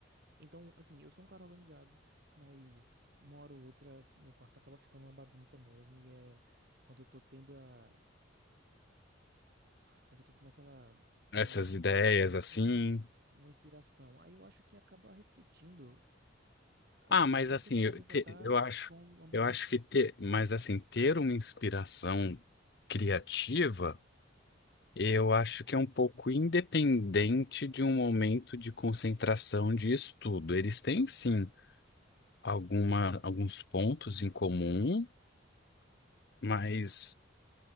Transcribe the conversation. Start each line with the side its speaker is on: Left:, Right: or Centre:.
Right: Então, assim, eu sou um cara organizado, mas uma hora ou outra meu quarto acaba ficando uma bagunça mesmo e é quando eu tô tendo a quando eu tô tendo aquela uma
Left: Essas ideias assim.
Right: isso, uma inspiração. Aí eu acho que acaba refletindo o,
Left: Ah, mas
Right: o momento
Left: assim,
Right: que a cabeça
Left: eu, te-
Right: tá
Left: eu acho,
Right: com o ambiente.
Left: eu acho que ter, mas assim, ter uma inspiração criativa Eu acho que é um pouco independente de um momento de concentração de estudo. Eles têm, sim, alguma, alguns pontos em comum, mas